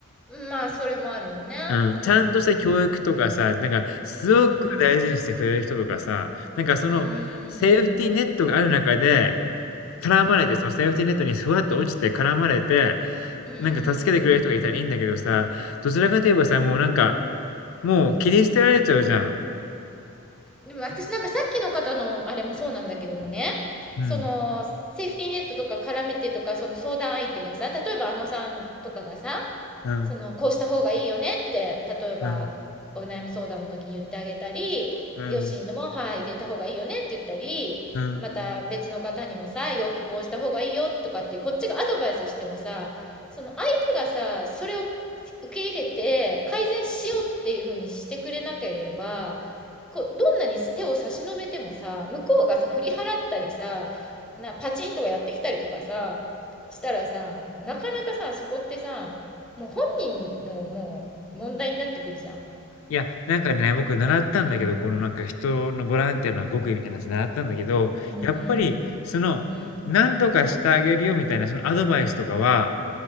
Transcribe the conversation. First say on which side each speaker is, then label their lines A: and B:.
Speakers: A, in the centre; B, on the left.
A: ん、まあそれもあるよね。
B: うん、
A: うん、
B: ちゃんとした教育とかさ、なんかすごく大事にしてくれる人とかさ、
A: うん、
B: なんかそのセーフティーネットがある中で、
A: うん、うん、
B: 絡まれて、そのセーフティーネットにふわっと落ちて絡まれて、
A: うん。
B: なんか助けてくれる人がいたらいいんだけどさ、どちらかといえばさ、もうなんか、もう切り捨てられちゃうじゃん。
A: でも私なんかさっきの方のあれもそうなんだけどもね、
B: うん、
A: そのセーフティーネットとか絡めてとか、その相談相手がさ、例えばあのさんとかがさ、
B: うん、
A: そのこうした方がいいよねって、例えばお悩み相談の時に言ってあげたり、
B: うん、うん、
A: よしのも、はい、入れた方がいいよねって言ったり、
B: うん。
A: また別の方にもさ、洋服こうした方がいいよとかって、こっちがアドバイスしてもさ、その相手がさ、それを受け入れて改善しようっていうふうにしてくれなければ、こうどんなに手を差し伸べてもさ向こうがさ振り払ったりさなパチンとかやってきたりとかさしたらさなかなかさそこってさもう本人のもう問題になってくるじゃん。
B: いや、なんかね、僕習ったんだけど、
A: うん
B: このなんか人のボランティアの極意みたいなやつ習ったんだけど、
A: うんうん
B: やっぱり、その、
A: うん
B: 何とかしてあげるよみたいな、そのアドバイスとかは、